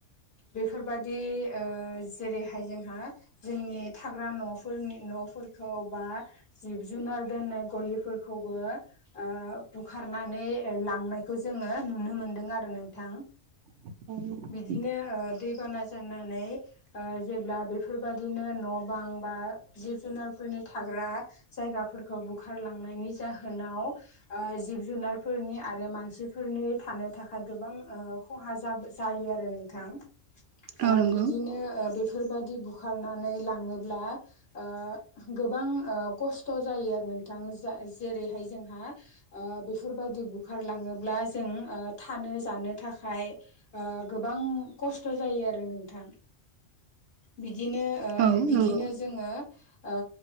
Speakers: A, on the left; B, on the right.
A: बेफोरबायदि ओ जेरैहाय जोंहा जोंनि थाग्रा न'फोरनि न'फोरखौ बा जिब जुनार दोननाय गलिफोरखौबो ओ बुखारनानै लांनायखौ जोंङो नुनो मोनदों आरो नोंथां।
B: <unintelligible>
A: बिदिनो ओ दैबाना जानानै ओ जेब्ला बेफोरबादिनो न' बां बा जिब जुनारफोरनि थाग्रा जायगाफोरखौ बुखारलांनायनि जाहोनाव ओ जिब जुनारफोरनि आरो मानसिफोरनि थानो थाखाय गोबां ओ खहा जाब जायो आरो नोंथां। ओ
B: औ नंगौ
A: बिदिनो ओ बेफोरबायदि बुखारनानै लांङोब्ला ओ गोबां ओ खस्थ' जायो आरो नोंथां जा जेरैहाय जोंहा ओ बेफोरबायदि बुखारलांङोब्ला जों ओ थानो जानो थाखाय ओ गोबां खस्थ' जायो आरो नोंथां। बिदिनो ओ
B: औ
A: बिदिनो
B: नंगौ
A: जोंङो ओ